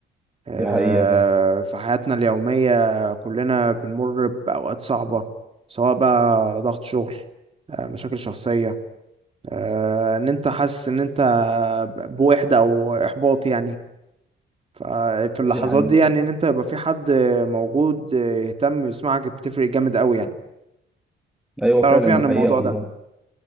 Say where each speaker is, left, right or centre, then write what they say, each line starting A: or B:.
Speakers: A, on the right; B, in the centre.
A: آه،
B: دي حقيقة فعلا
A: في حياتنا اليومية كلنا بنمر بأوقات صعبة سواء بقى ضغط شغل آه، مشاكل شخصية آه، ان انت حاسس ان انت بوحدة او احباط يعني ففي اللحظات
B: دي حقيقة
A: دي يعني ان انت يبقى في حد موجود يهتم يسمعك بتفرق جامد قوي يعني
B: أيوة
A: تعرف
B: فعلا
A: ايه عن
B: دي
A: الموضوع
B: حقيقة
A: ده
B: والله